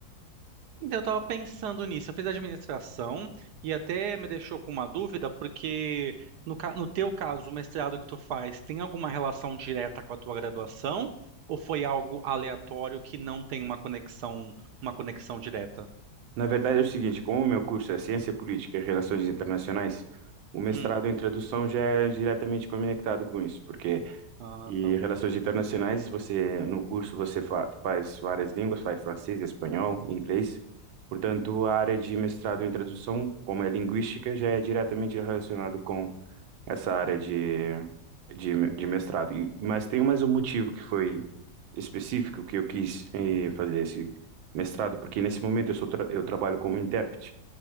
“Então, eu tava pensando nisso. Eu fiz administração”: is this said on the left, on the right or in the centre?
Right